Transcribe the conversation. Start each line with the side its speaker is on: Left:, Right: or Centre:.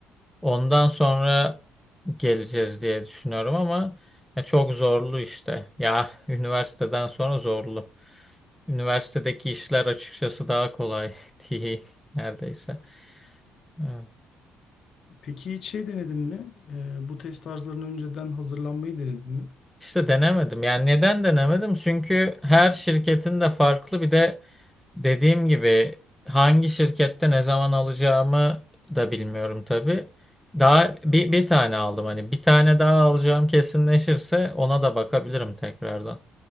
Centre: Ondan sonra geleceğiz diye düşünüyorum ama ya çok zorlu işte. Ya <laughs> üniversiteden sonra zorlu. Üniversitedeki işler açıkçası daha kolay <laughs> diyeyim neredeyse. Evet.
Left: Peki hiç şey denedin mi? E, bu test tarzlarına önceden hazırlanmayı denedin mi?
Centre: İşte denemedim. Yani neden denemedim? Çünkü her şirketin de farklı bir de Dediğim gibi hangi şirkette ne zaman alacağımı da bilmiyorum tabii. Daha bir, bir tane aldım hani bir tane daha alacağım kesinleşirse ona da bakabilirim tekrardan.